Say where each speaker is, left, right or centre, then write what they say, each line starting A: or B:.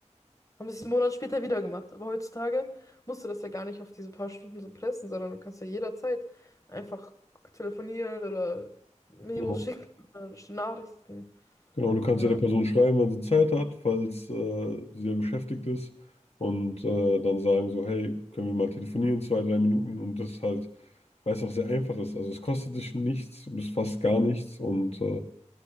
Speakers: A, on the left; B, on the left.
A: Haben das einen Monat später wieder gemacht. Aber heutzutage musst du das ja gar nicht auf diese paar Stunden so pressen, sondern du kannst ja jederzeit einfach telefonieren oder Memos
B: du,
A: schicken oder Nachrichten.
B: Genau, du kannst
A: Ja,
B: ja der Person schreiben, wann sie Zeit hat, falls äh, sie ja beschäftigt ist. Und äh, dann sagen so, hey, können wir mal telefonieren, zwei, drei Minuten. Und das halt, weil es auch sehr einfach ist. Also es kostet dich nichts, du bist fast gar nichts. Und äh,